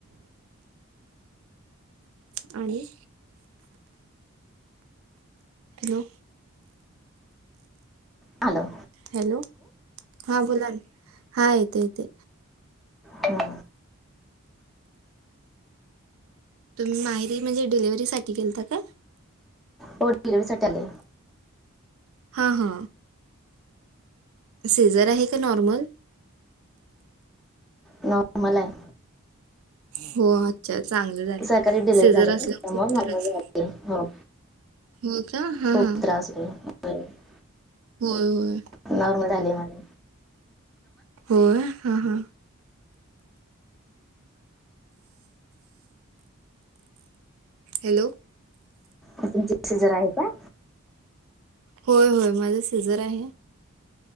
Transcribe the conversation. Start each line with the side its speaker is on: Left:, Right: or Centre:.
Right: आणि. हॅलो.
Centre: हॅलो.
Right: हॅलो हा बोला ना हा येते येते.
Centre: हं.
Right: तुम्ही माहेरी म्हणजे डिलिव्हरी साठी गेलता का?
Centre: हो डिलिव्हरीसाठी आलीये.
Right: हा हा. सिझर आहे का नॉर्मल?
Centre: नॉर्मल आहे.
Right: हो अच्छा चांगले झाले
Centre: सरकारी डिलिव्हरी
Right: सीजर
Centre: झाले
Right: असल
Centre: त्यामुळे
Right: खूप
Centre: नॉर्मल
Right: त्रास
Centre: झाले हो
Right: हो का हा
Centre: खूप
Right: हा.
Centre: त्रास <unintelligible>
Right: होय होय.
Centre: नॉर्मल झाली माझी.
Right: होय हा हा. हॅलो.
Centre: तुमच सीझर आहे का?
Right: होय होय माझं सीझर आहे.